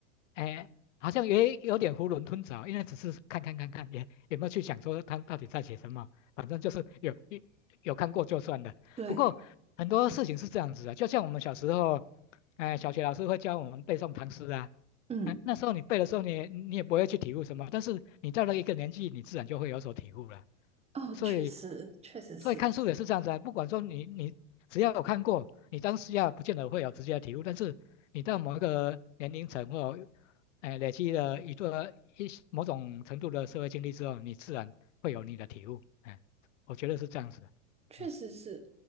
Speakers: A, on the left (about 85°); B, on the right (about 15°).
A: 哎，好像也有点囫囵吞枣，因为只是看看看看，也也没有去想说他到底在写什么，反正就是有有有看过就算了。
B: 对
A: 不过很多事情是这样子的，
B: 嗯
A: 就像我们小时候，哎，小学老师会教我们背诵唐诗啊，
B: 嗯
A: 哎，那时候你背的时候你也你也不会去体悟什么，但是你到了一个年纪，你自然就会有所体悟了。
B: 哦，
A: 所以
B: 确实确实是。
A: 所以看书也是这样子啊，不管说你你只要有看过，你当下不见得会有直接的体悟，但是你到某一个年龄层或哎累积了一个一某种程度的社会经历之后，你自然会有你的体悟。哎，我觉得是这样子的。
B: 确实是，
A: 嗯